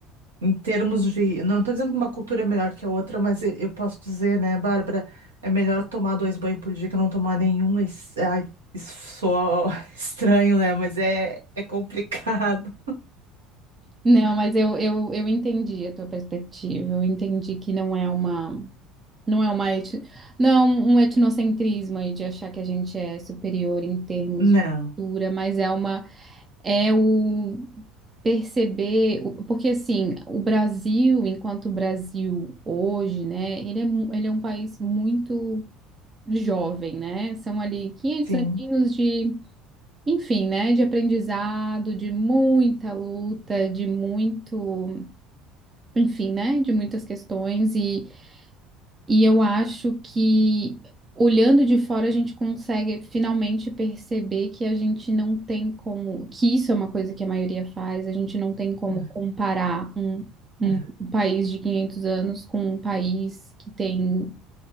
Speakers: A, on the right; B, on the right.
A: em termos de, não estou dizendo que uma cultura é melhor que a outra, mas e- eu posso dizer, né, Bárbara, é melhor tomar dois banhos por dia que não tomar nenhum. Isso, ai, isso soa <laughs> estranho, né, mas é, é complicado.
B: Não, mas eu, eu, eu entendi a tua perspectiva. Eu entendi que não é uma, não é uma, eti- não é um um etnocentrismo aí de achar que a gente é superior em termos
A: Não,
B: de cultura, mas é uma, é o perceber, o- porque assim, o Brasil, enquanto Brasil hoje, né, ele é, mu- ele é um país muito jovem, né? São ali 500
A: sim,
B: aninhos de, enfim, né, de aprendizado, de muita luta, de muito enfim, né, de muitas questões e, e eu acho que olhando de fora a gente consegue finalmente perceber que a gente não tem como, que isso é uma coisa que a maioria faz, a gente não tem como
A: ah,
B: comparar um, um,
A: ah,
B: um país de 500 anos com um país que tem